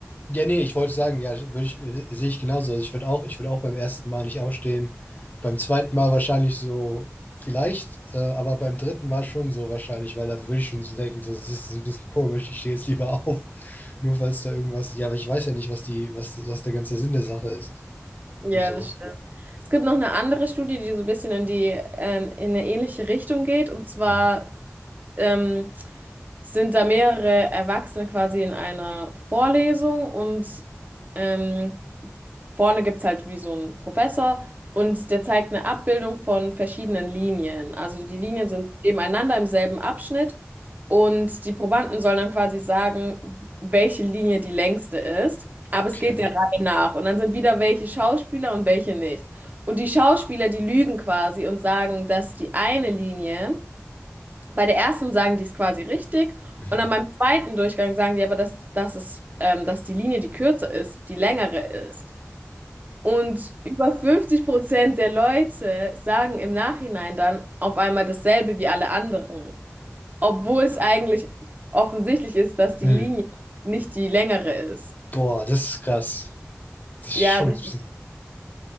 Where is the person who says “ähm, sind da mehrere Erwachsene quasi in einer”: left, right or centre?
Right